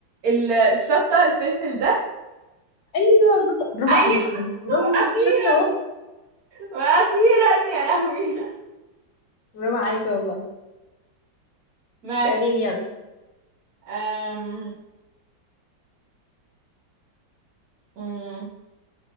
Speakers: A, on the right; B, on the left.
A: ال- الشطة الفلفل ده
B: ايوه برافو برافو
A: ايوه
B: عليكي
A: <laughs>
B: برافو
A: واخيرا
B: شاطرة اهو
A: واخيرا يا لهوي
B: برافو عليكي والله
A: ماشي
B: اسأليني يلا
A: أم... أم،